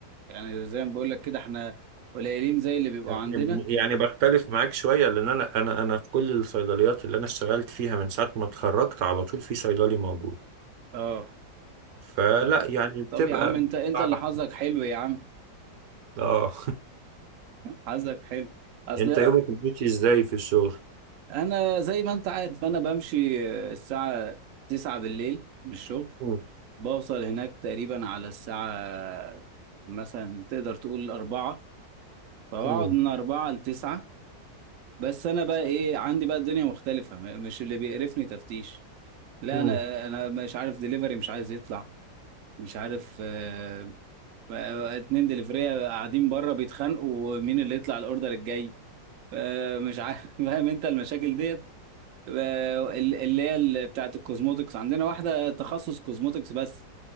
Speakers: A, on the right; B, on the right.
A: يعني زي ما بقول لك كده احنا قليلين زي اللي بيبقوا
B: يعني
A: عندنا
B: يعني بختلف معاك شوية لأن أنا أنا أنا في كل الصيدليات اللي أنا اشتغلت فيها من ساعة ما اتخرجت على طول في صيدلي موجود
A: اه
B: فلا
A: طب
B: يعني بتبقى
A: طب يا عم انت
B: بتبقى
A: انت اللي
B: على حسب.
A: حظك حلو يا عم
B: اه
A: حظك حلو
B: <laughs>
A: اصل
B: أنت يومك ماشي إزاي في الشغل؟
A: انا زي ما انت عارف انا بمشي الساعة 9 بالليل من الشغل
B: مم.
A: بوصل هناك تقريبا على الساعة مثلا تقدر تقول أربعة فبقعد
B: مم.
A: من أربعة لتسعة بس أنا بقى إيه عندي بقى الدنيا مختلفة م- مش اللي بيقرفني تفتيش لا
B: مم.
A: انا انا مش عارف دليفري مش عايز يطلع مش عارف آه، آه، اتنين دليفرية قاعدين بره بيتخانقوا مين اللي يطلع الاوردر الجاي آه، مش عارف <laughs> فاهم انت المشاكل ديت آه، ال- اللي هي ال- بتاعه الكوزموتكس عندنا واحدة تخصص كوزموتكس بس